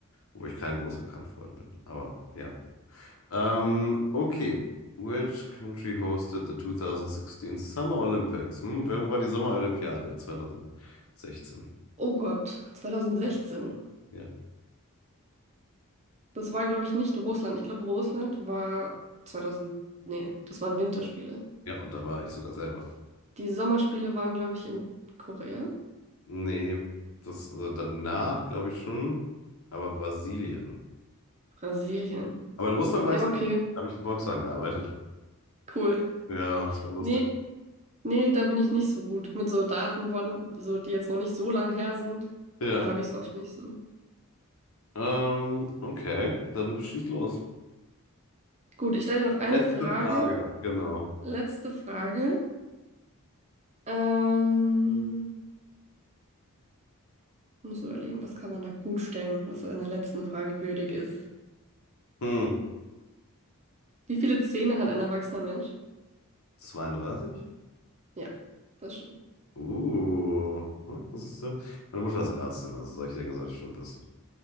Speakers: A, on the left; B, on the right.
A: wo ich kein großer Kant-Freund bin. Aber ja. Ähm, okay. Which country hosted the 2016 Summer Olympics? Hm? Wer- Wo war die Sommerolympiade 2016?
B: Oh Gott, 2016.
A: Ja.
B: Das war, glaube ich, nicht Russland. Ich glaube, Russland war 2000. Nee, das waren Winterspiele.
A: Ja, und da war ich sogar selber.
B: Die Sommerspiele waren, glaube ich, in Korea.
A: Nee, das, also danach glaube ich schon, aber Brasilien.
B: Brasilien.
A: Aber in Russland
B: Ja,
A: war ich selber.
B: okay,
A: Da habe ich für Volkswagen gearbeitet.
B: cool.
A: Ja, das war lustig.
B: Nee, nee, da bin ich nicht so gut. Mit so Daten, wurden- so, die jetzt noch nicht so lang her sind,
A: Ja.
B: da habe ich es oft nicht so.
A: Ähm, okay, dann schieß los.
B: Gut, ich stelle dir noch eine
A: Letzte
B: Frage.
A: Frage. Genau.
B: Letzte Frage. Ähm, muss überlegen, was kann man da gut stellen, was in der letzten Frage würdig ist.
A: Hm.
B: Wie viele Zähne hat ein erwachsener Mensch?
A: 32?
B: Ja, das stimmt.
A: Uh, ne, das ist, äh, meine Mutter ist Ärztin, also solche Dinge sollte ich schon wissen.